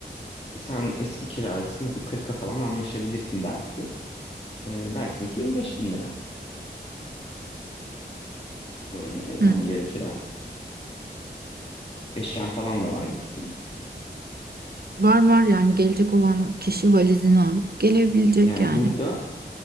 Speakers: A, on the left; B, on the right.
A: Sen eski kiracısın hadi 40'a falan anlaşabilirsin belki. E, dersin ki 25 bin lira buranın e, yani
B: Hı.
A: yarı kirası. Eşyan falan da vardır senin.
B: Var var yani gelecek olan kişi valizini alıp gelebilecek
A: Yani
B: yani.
A: burada